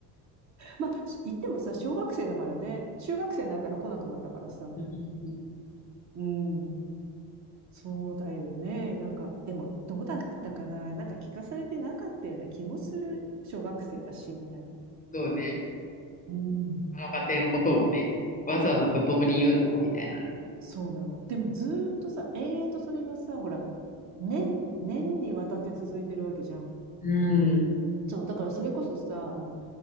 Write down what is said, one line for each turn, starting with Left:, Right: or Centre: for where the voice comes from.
Right: まあ、言ってもさ、小学生だからね、中学生になったら来なくなったからさ。
Left: てない。
Right: うん。そうだよね。なんか、でも、どうだったかななんか聞かされてなかったような気もする。小学生だし、みたいな。
Left: そうね。
Right: うん。
Left: あの家庭のことをね、わざわざ子供に言うのもみたいなね。
Right: そうなの。でも、ずーっとさ、延々とそれがさ、ほら、年、年にわたって続いてるわけじゃん。
Left: うん。
Right: そう、だからそれこそさ、あの、